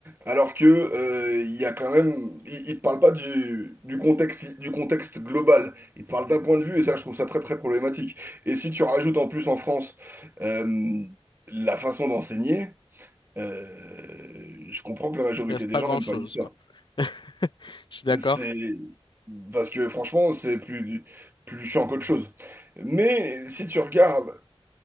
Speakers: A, on the right; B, on the left.
A: alors que, euh, il y a quand même, ils, ils te parlent pas du, du contexte, du contexte global. Ils te parlent d'un point de vue, et ça, je trouve ça très, très problématique. Et si tu rajoutes en plus en France, euh, la façon d'enseigner, euh, je comprends que la majorité
B: Il reste
A: des
B: pas
A: gens
B: grand-chose,
A: n'aiment pas l'histoire.
B: quoi. <laughs> Je suis d'accord.
A: C'est, parce que franchement, c'est plus, plus chiant qu'autre chose. Mais si tu regardes